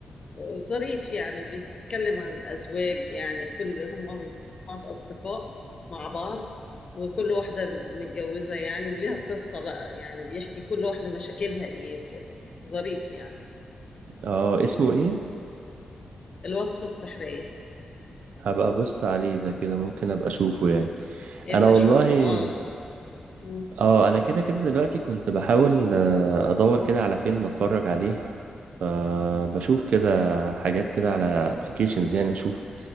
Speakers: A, on the left; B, on the right.
A: وظريف يعني بيتكلم عن الأزواج يعني كل هم مجموعة أصدقاء مع بعض وكل واحدة متجوزة يعني وليها قصة بقى يعني بيحكي كل واحدة مشاكلها ايه وكده ظريف يعني
B: اه اسمه ايه
A: الوصفة السحرية
B: هبقى ابص عليه ده كده ممكن ابقى اشوفه يعني
A: يبقى
B: انا والله
A: شوفه اه مم.
B: اه انا كده كده دلوقتي كنت بحاول آه، ادور كده على فيلم اتفرج عليه فبشوف كده حاجات كده على ابلكيشنز يعني اشوف